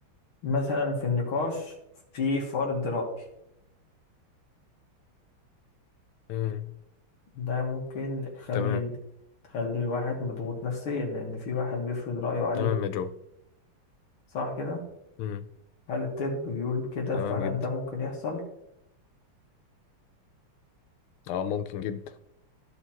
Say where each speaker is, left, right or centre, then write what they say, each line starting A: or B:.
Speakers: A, on the left; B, on the left.
A: مثلا في النقاش في فرض رأي
B: امم
A: ده ممكن يخلي
B: تمام
A: تخلي الواحد مضغوط نفسيا لان في واحد بيفرض رأيه عليك
B: تمام يا جو
A: صح كده
B: امم
A: هل الطب بيقول كده
B: تمام
A: فعلا
B: جدا
A: ده ممكن يحصل
B: اه ممكن جدا